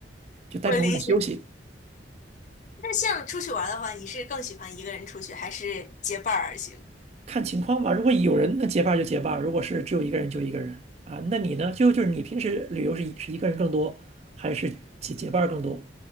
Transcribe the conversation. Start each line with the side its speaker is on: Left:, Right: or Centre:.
Right: 就单纯为了休息。
Left: 我理解。那像出去玩儿的话，你是更喜欢一个人出去，还是结伴儿而行？
Right: 看情况吧。如果有人那结伴儿就结伴儿如果是只有一个人就一个人啊。那你呢？就就是你平时旅游是一是一个人更多，还是结结伴儿更多？